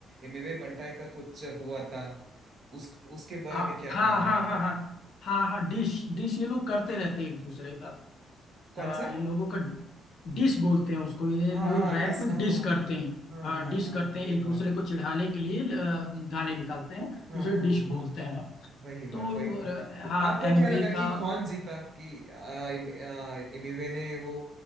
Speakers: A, on the right; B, on the left.
A: एमिवे बंटाई का कुछ हुआ था उस उसके बारे
B: आ,
A: में क्या
B: हाँ
A: ख्याल
B: हाँ
A: है आपका
B: हाँ हाँ हाँ हाँ डिश डिश ये लोग करते रहते हैं एक दूसरे का
A: कौन
B: आ,
A: सा
B: इन लोगों का डिश बोलते हैं उसको ये
A: हाँ
B: लोग
A: हाँ
B: रैप
A: डिस
B: में
A: हाँ
B: डिश करते हैं
A: हाँ
B: हाँ
A: हाँ हाँ
B: डिश
A: हाँ, हाँ,
B: करते
A: हाँ, वही
B: हैं एक
A: बात
B: दूसरे को चिढ़ाने के लिए अ, गाने निकालते हैं
A: हाँ
B: उसे
A: हाँ
B: डिश
A: हाँ
B: बोलते हैं
A: वही बात
B: तो
A: वही बात
B: और, हाँ
A: वो- आपको
B: एमवे
A: क्या लगा
B: का
A: कि कौन जीता कि आ, एम- आ, एमिवे ने वो